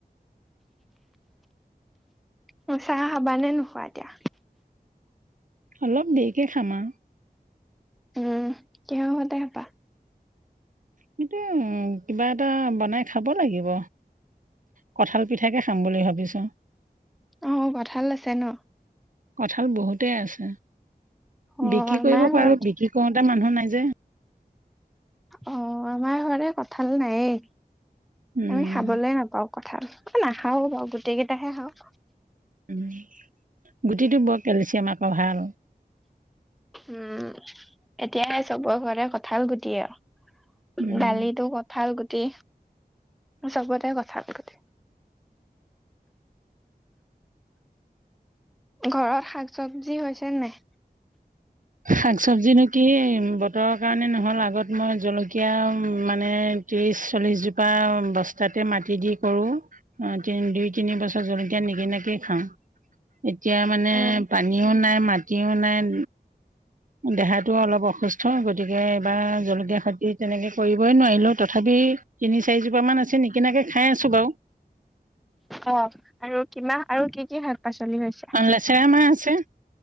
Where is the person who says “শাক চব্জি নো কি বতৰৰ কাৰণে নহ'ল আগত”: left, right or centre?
Right